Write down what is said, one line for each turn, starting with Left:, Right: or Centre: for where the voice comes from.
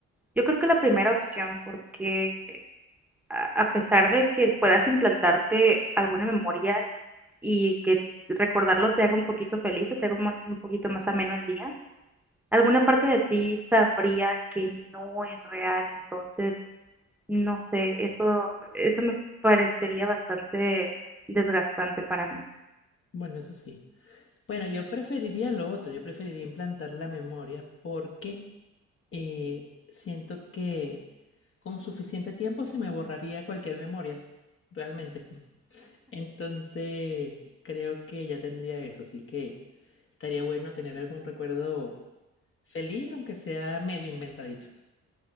Centre: Yo creo que la primera opción, porque a, a pesar de que puedas implantarte alguna memoria y que recordarlo te haga un poquito feliz o te haga un, mon- un poquito más ameno el día, alguna parte de ti sabría que no es real. Entonces, no sé, eso, eso me parecería bastante desgastante para mí.
Left: Bueno, eso sí. Bueno, yo preferiría lo otro, yo preferiría implantar la memoria porque eh, siento que con suficiente tiempo se me borraría cualquier memoria, realmente. <laughs> Entonces, creo que ya tendría eso, así que estaría bueno tener algún recuerdo feliz, aunque sea medio inventadito.